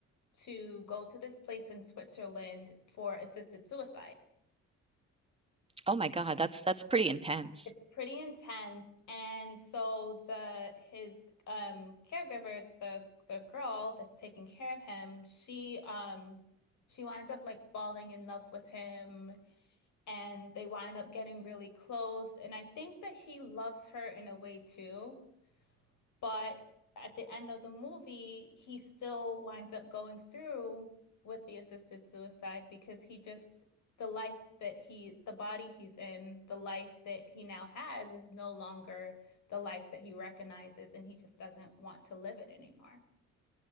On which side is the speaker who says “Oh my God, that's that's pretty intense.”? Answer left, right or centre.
Right